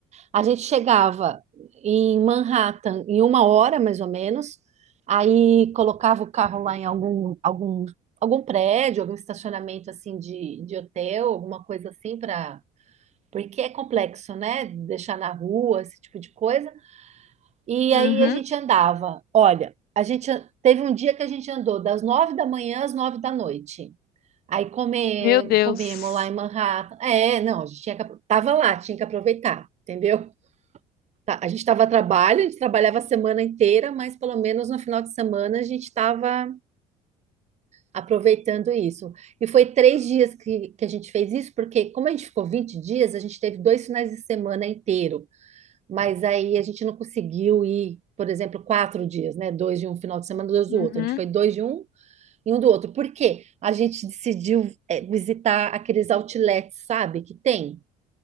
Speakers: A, on the right (about 40°); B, on the left (about 70°).
A: A gente chegava em Manhattan em uma hora, mais ou menos. Aí colocava o carro lá em algum, algum, algum prédio, algum estacionamento assim de, de hotel, alguma coisa assim para. Porque é complexo, né? Deixar na rua, esse tipo de coisa. E
B: Uhum.
A: aí a gente andava. Olha, a gente an- teve um dia que a gente andou das nove da manhã às nove da noite. Aí comer,
B: Meu Deus.
A: comemos lá em Manhattan. É, não, a gente tinha que, apro- tava lá, tinha que aproveitar, entendeu? Tá, A gente estava a trabalho, a gente trabalhava a semana inteira, mas pelo menos no final de semana a gente estava aproveitando isso. E foi três dias que, que a gente fez isso, porque como a gente ficou 20 dias, a gente teve dois finais de semana inteiro, mas aí a gente não conseguiu ir, por exemplo, quatro dias, né? Dois de um final de semana, dois
B: Uhum.
A: do outro. A gente foi dois de um e um do outro. Por quê? A gente decidiu é, visitar aqueles outlets, sabe, que tem,